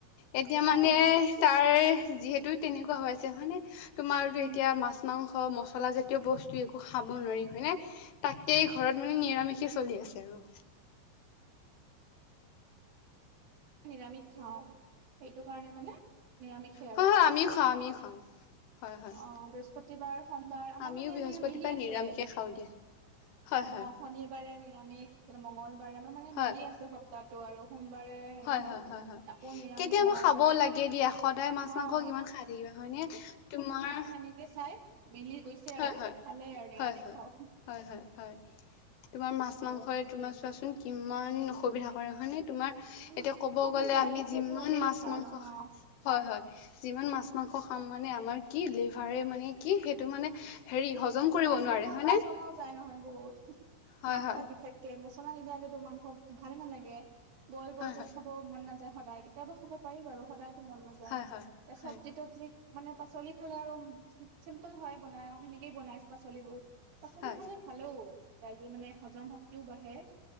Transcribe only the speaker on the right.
অ',
উম,
নিৰামিষ খাওঁ সেইটো কাৰণে মানে নিৰামিষে আৰু।
অ' বৃহস্পতিবাৰ, শনিবাৰ আমাৰ
মানে
এনেকে মিলি আছে।
অ'
শনিবাৰে নিৰামিষ <unintelligible> মংগলবাৰে মানে, মানে
মিলি আছে গোটেই সপ্তাহটো আৰু সোমবাৰে হেৰি
হ'ল
আকৌ নিৰামিষ
মঙ্গলবাৰ
অ',
এনে চাই মিলি গৈছে আৰু
খালে আৰু নিৰামিষ
খাও।
আৰু
উম,
অ',
নিৰামিষ
ভোজী হ'লেই
ভাল
অ'।
উ,
মাচ-মাংসত
মচলা যাই নহয় বহুত
মাংসত
বিশেষকে মছলা নিদিয়াকেতো মাংস ভালেই নালাগে। বইল, বইলতো
খাব মন নাযায় সদায় কেতিয়াবা খাব পাৰি বাৰু সদায়তো মন নাযায়
তে চব্জি-তবজি
মানে পাচলি খালে আৰু চিম্পল হয় বনায়া সেনেকেই বনাই পাচলিবোৰ। পাচলি
খালে ভালেও, ৰাইজে মানে হজম শক্তিও বাঢ়ে। <unintelligible>